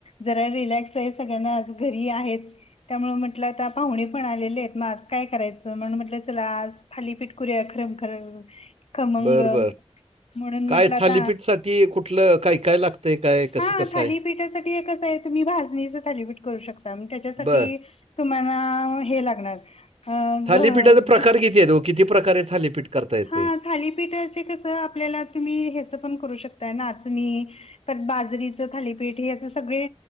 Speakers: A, on the left; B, on the right.
A: जरा रिलॅक्स आहे सगळ्यांना आज घरी आहेत- त्यामुळे म्हटलं आता पाहुणे पण आलेले आहेत. म आज काय करायचं? म्हणून म्हटलं चला आज- थालीपीठ करु या अ ख्ररमखर खमंग
B: बर बर
A: म्हणून
B: काय
A: म्हटलं-
B: थालीपीठसाठी कुठलं काय काय लागतंय काय कसं
A: हा.
B: कसं
A: थालीपीठासाठी
B: आहे
A: एकच आहे तुम्ही भाजणीच थालीपीठ- करू शकता. म त्यासाठी
B: बर
A: तुम्हाला हे लागणार. अ
B: थालीपीठाचे
A: ग
B: प्रकार किती आहेत ओ? किती प्रकारे थालीपीठ- करता येते
A: हा. थालीपीठाचे कस? आपल्याला तुम्ही ह्याचं पण करू शकताय. नाचणी- पर बाजरीच थालीपीठ. हे असं सगळे